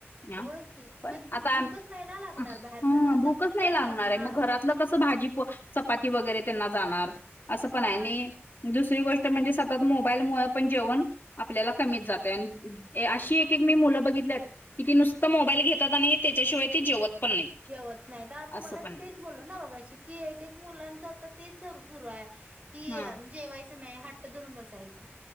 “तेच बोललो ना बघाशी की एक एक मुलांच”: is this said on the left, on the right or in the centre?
Right